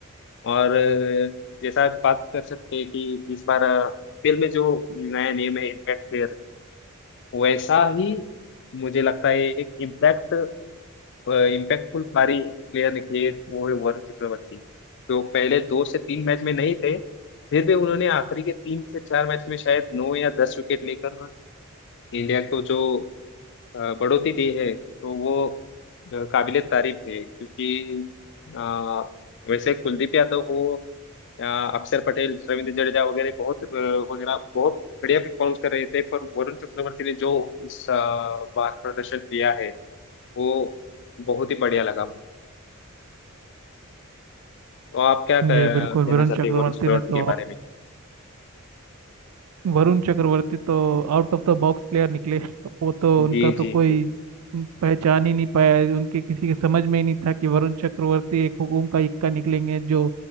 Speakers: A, on the left; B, on the right.
A: और अ, जैसा आप बात कर सकते हैं कि इस बार अ, फिल्म में जो नया नेम है इम्पैक्ट प्लेयर वैसा ही मुझे लगता है एक इम्पैक्ट इम्पैक्टफुल पारी प्लेयर निकले वो है वरुण चक्रवर्ती जो पहले दो से तीन मैच में नहीं थे फिर भी उन्होंने आखिरी के तीन से चार मैच में शायद नौ या दस विकेट लेकर इंडिया को जो अ, बढ़ोतरी दी है तो वो काबिले तारीफ है क्योंकि अ, वैसे कुलदीप यादव हो अ, अक्षर पटेल रविंद्र जडेजा वगैरह बहुत अ, वगैरह बहुत बढ़िया परफॉर्म कर रहे थे पर वरुण चक्रवर्ती ने जो इस अ, बार प्रदर्शन किया है वो बहुत ही बढ़िया लगा मुझे तो आप क्या कह-
B: जी बिल्कुल
A: कहना
B: वरुण
A: चाहते
B: चक्रवर्ती
A: हैं वरुण चक्रवर्ती
B: ने तो
A: के बारे में
B: वरुण चक्रवर्ती तो out of the box player निकले वो तो उनका
A: जी
B: तो
A: जी
B: कोई
A: जी
B: पहचान ही नहीं पाया उनके किसी के समझ में ही नहीं था कि वरुण चक्रवर्ती एक हुकुम का इक्का निकलेंगे जो